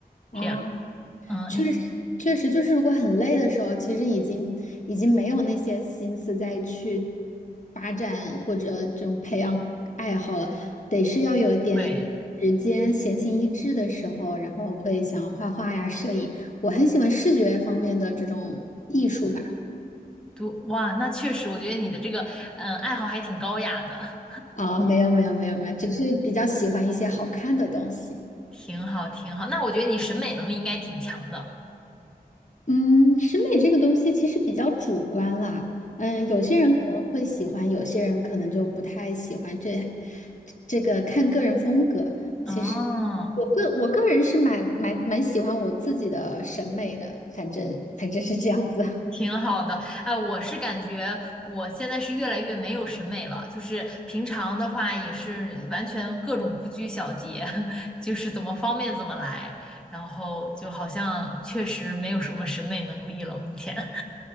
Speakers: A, on the left; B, in the centre.
A: 啊。
B: 这样。嗯，
A: 确实，
B: 你
A: 确实，就是如果很累的时候，其实已经已经没有那些心思再去发展或者这种培养爱好了，得是要有一点时间闲情逸致的时候，
B: 对，
A: 然后会想要画画呀、摄影。我很喜欢视觉方面的这种艺术吧。
B: 读，哇，那确实，我觉得你的这个，嗯，爱好还挺高雅的，
A: 啊、没有，没有，没有，没有，只是比较喜欢一些好看的东西。
B: 挺好，挺好。那我觉得你审美能力应该挺强的。
A: 嗯，审美这个东西其实比较主观啦。嗯，有些人可能会喜欢，有些人可能就不太喜欢这，这个看个人风格。
B: 哦，
A: 其实我个我个人是蛮蛮蛮喜欢我自己的审美的，反正反正是这样子。<laughs>
B: 挺好的。哎，我是感觉我现在是越来越没有审美了，就是平常的话也是完全各种不拘小节，<laughs> 就是怎么方便怎么来，然后就好像确实没有什么审美能力了，目前。<laughs>